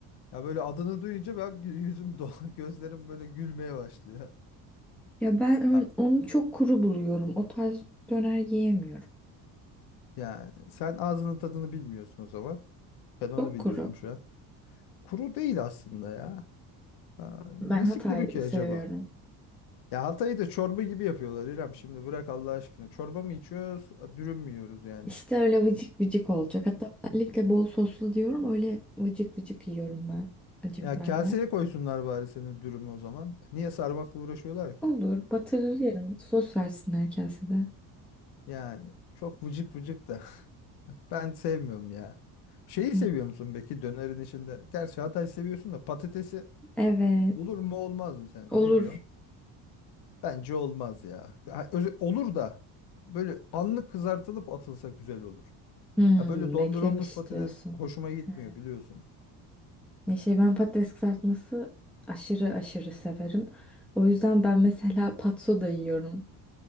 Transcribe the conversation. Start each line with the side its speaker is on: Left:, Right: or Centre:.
Left: Ya böyle adını duyunca ben gü- yüzüm dolan, <laughs> gözlerim böyle gülmeye başlıyor.
Centre: Ya ben ön-
Left: Ya,
Centre: onu çok kuru buluyorum. O tarz döner yiyemiyorum.
Left: yani sen ağzının tadını bilmiyorsun o zaman. Ben onu
Centre: Çok
Left: biliyorum
Centre: kuru.
Left: şu an. Kuru değil aslında ya. Ha, nesi
Centre: Ben Hatay
Left: kuru ki
Centre: seviyorum.
Left: acaba? Ya Hatay'ı da çorba gibi yapıyorlar İrem. Şimdi bırak Allah aşkına. Çorba mı içiyoruz, dürüm mü yiyoruz yani?
Centre: İşte öyle vıcık vıcık olacak. Hatta özellikle bol soslu diyorum. Öyle vıcık vıcık yiyorum ben. Acı
Left: Ya
Centre: biberle.
Left: kaseye koysunlar bari senin dürümü o zaman. Niye sarmakla uğraşıyorlar ki?
Centre: Olur. Batırır yerim. Sos versinler kasede.
Left: Yani çok vıcık vıcık da. <laughs> Ben sevmiyorum ya. Şeyi
Centre: Hmm.
Left: seviyor musun peki dönerin içinde? Gerçi Hatay seviyorsun da patatesi
Centre: Evet.
Left: olur mu olmaz mı sence?
Centre: Olur.
Left: Ne diyorsun? Bence olmaz ya. Ha, öz- olur da böyle anlık kızartılıp atılsa güzel olur.
Centre: Hmm,
Left: Ha böyle dondurulmuş
Centre: beklemiş
Left: patates
Centre: diyorsun.
Left: hoşuma gitmiyor
Centre: He.
Left: biliyorsun.
Centre: Ya şey ben patates kızartması aşırı aşırı severim. O yüzden ben mesela patso da yiyorum.